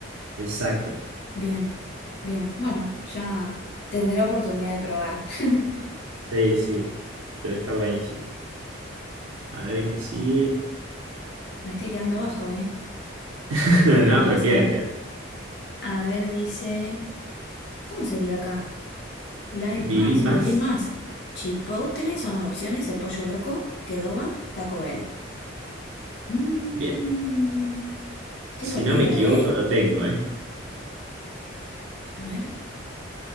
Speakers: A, on the right (about 85°); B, on the left (about 55°).
A: Exacto,
B: Bien, bien. Bueno, ya tendré oportunidad de probar. <laughs>
A: sí, sí, pero está buenísimo. A ver qué sigue.
B: Me estoy quedando abajo, ¿eh?
A: <laughs>
B: De puntuación.
A: No, pero queda, queda.
B: A ver, dice, ¿cómo sería acá? Live
A: Viví
B: más,
A: más.
B: vivir más. Chipotle son las opciones, el pollo loco, Kedoba, Taco Bell. Mm,
A: Bien,
B: estoy
A: si
B: perdida,
A: no me equivoco
B: ¿eh?
A: lo tengo, ¿eh?
B: A ver.